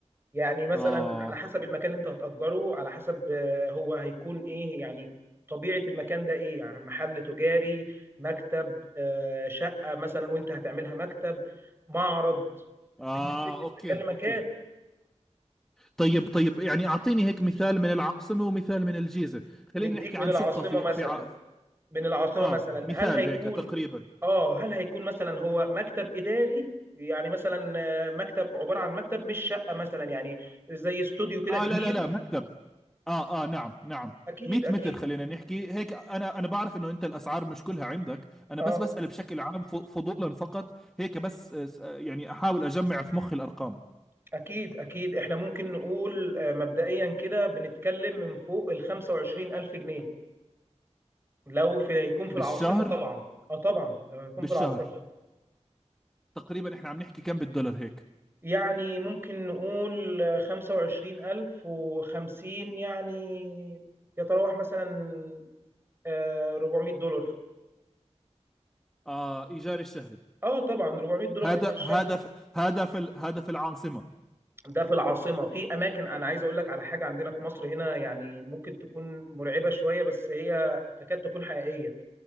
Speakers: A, on the right (about 20°); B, in the centre.
A: يعني مثلا
B: اه
A: على حسب المكان اللي انت هتأجره على حسب آه، هو هيكون ايه يعني طبيعه المكان ده ايه يعني محل تجاري مكتب آه شقه مثلا وانت هتعملها مكتب معرض
B: اه
A: بتفرق من
B: اوكي
A: مكان لمكان
B: اوكي طيب طيب يعني اعطيني هيك مثال من العاصمه ومثال من الجيزه خلينا
A: نديك
B: نحكي عن
A: من العاصمه
B: شقه في
A: مثلا
B: في ع...
A: من العاصمة
B: اه
A: مثلا
B: مثال
A: هل هيكون
B: هيك تقريبا
A: اه هل هيكون مثلا هو مكتب إداري يعني مثلا آه، مكتب عبارة عن مكتب مش شقة مثلا يعني زي استوديو كده
B: اه
A: كبير
B: لا لا لا مكتب اه اه نعم نعم
A: أكيد
B: 100
A: أكيد
B: متر خلينا نحكي هيك انا انا بعرف انه انت الاسعار مش كلها عندك انا
A: اه
B: بس بسأل بشكل عام ف- فضولا فقط هيك بس آه، س- آه، يعني احاول اجمع في مخي الارقام
A: أكيد أكيد إحنا ممكن نقول آه، مبدئيا كده بنتكلم من فوق ال 25 ألف جنيه لو في هيكون في
B: بالشهر
A: العاصمة طبعا اه طبعا لو هيكون
B: بالشهر
A: في العاصمة
B: تقريبا احنا عم نحكي كم بالدولار هيك
A: يعني ممكن نقول آه، 25 ألف وخمسين يعني يتراوح مثلا آه 400 دولار
B: اه ايجار الشهري
A: اه طبعا 400 دولار
B: هذا
A: ايجار شهر
B: هذا في- هذا في ال- هذا في العاصمة
A: ده في العاصمه في اماكن انا عايز اقول لك على حاجه عندنا في مصر هنا يعني ممكن تكون مرعبه شويه بس هي تكاد تكون حقيقيه